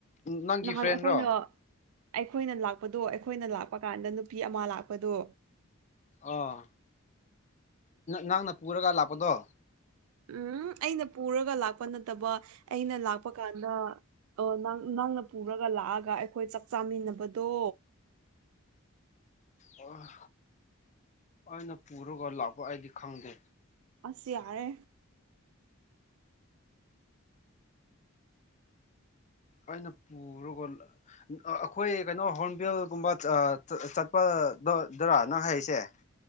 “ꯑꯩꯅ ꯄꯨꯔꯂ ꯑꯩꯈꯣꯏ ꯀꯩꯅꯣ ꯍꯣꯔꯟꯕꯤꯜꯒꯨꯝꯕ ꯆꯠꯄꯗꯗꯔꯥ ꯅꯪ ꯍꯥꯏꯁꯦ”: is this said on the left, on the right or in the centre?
Left